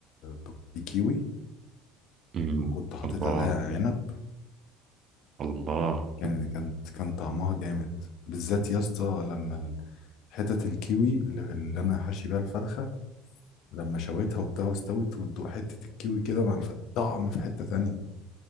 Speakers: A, on the left; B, on the right.
A: ب- بكيوي
B: امم
A: وكنت حاطط
B: الله
A: عليها عنب
B: الله
A: كان كانت كان طعمها جامد بالذات يا اسطى لما ال- حتت الكيوي اللي اللي انا حاشي بيها الفرخه لما شويتها وبتاع واستوت وتدوق حته الكيوي كده مع الف... طعم في حته تانية